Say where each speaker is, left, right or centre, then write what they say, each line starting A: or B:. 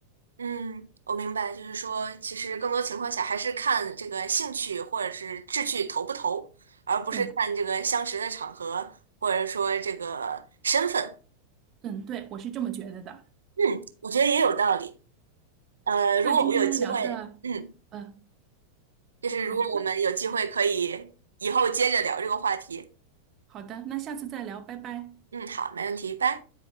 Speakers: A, on the right; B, on the right.
A: 嗯，我明白，就是说，其实更多情况下还是看这个兴趣或者是志趣投不投，而不是看这个相识的场合或者说这个身份。
B: 嗯嗯，对，我是这么觉得的。
A: 嗯，我觉得也有道理。呃，
B: 那今天聊的，
A: 如果我们有机会，嗯，
B: 呃，
A: 就是如果我们有机会可以以后接着聊这个话题。
B: 好，那好的，那下次再聊，拜拜。
A: 嗯，好，没问题，拜。